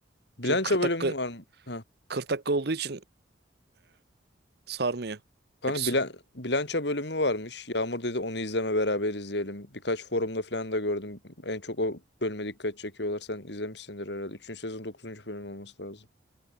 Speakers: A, on the left; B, on the right.
A: Bilanço
B: Çünkü 40
A: bölümü
B: dakika
A: var mı? Ha.
B: 40 dakika olduğu için sarmıyor
A: Kanka
B: hepsi.
A: bilan, bilanço bölümü varmış. Yağmur dedi onu izleme beraber izleyelim. Birkaç forumda falan da gördüm. En çok o bölüme dikkat çekiyorlar. Sen izlemişsindir herhalde. Üçüncü sezon dokuzuncu bölüm olması lazım.